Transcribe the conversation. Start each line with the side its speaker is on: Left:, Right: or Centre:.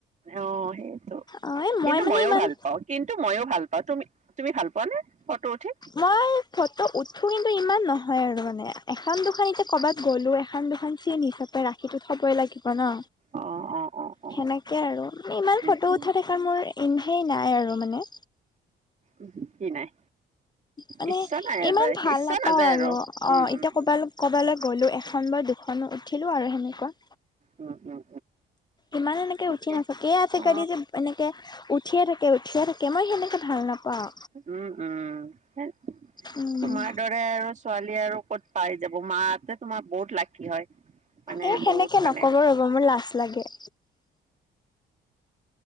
Right: অ সেইটো,
Left: অ', এই
Right: কিন্তু
Left: মই মানে
Right: মইয়ো
Left: ইমান
Right: ভাল পাওঁ কিন টো মইয়ো ভাল পাওঁ, তুমি তুমি ভাল পোৱা নে ফটো উঠি?
Left: মই ফটো উঠো কিন্তু ইমান ন হয় আৰু মানে এখন দুখন এতিয়া কৰ'বাত গ'লো এখন দুখন চিন হিচাপে ৰাখিটো থ'বই লাগি ব ন
Right: অ অ অ অ
Left: সেনেকে আৰু মানে ইমান
Right: উম
Left: ফটো
Right: উম
Left: উঠাই থকাৰ মোৰ ইন সেই নাই আৰু মানে।
Right: উহো কি নাই?
Left: মানে
Right: ইচ্ছা নাই
Left: ইমান
Right: যায়
Left: ভাল
Right: ইচ্ছা
Left: নাপাওঁ
Right: নাযায়
Left: আৰু অ
Right: উম উম
Left: এতিয়া
Right: উম
Left: কৰবালে ক'ৰবালে গ'লো এখন বা দুখন উঠিলো আৰু সেনেকুৱা।
Right: উম উম।
Left: ইমান এনেকে
Right: ঠিকে
Left: উঠি নাথাকে এই আজিকালি
Right: অ
Left: যে এনেকে উঠিয়ে থাকে উঠিয়ে থাকে মই সেনেকে ভাল নাপাওঁ।
Right: উম উম <inaudible>
Left: উম
Right: তোমাৰ <inaudible> দৰে আৰু ছোৱালী আৰু ক'ত পাই যাব মাঁহতে তোমাৰ বহুত লাকী হয়। মানে
Left: এ সেনেকে
Right: বহুত মানে
Left: নকব ৰ'ব মোৰ লাজ লাগে।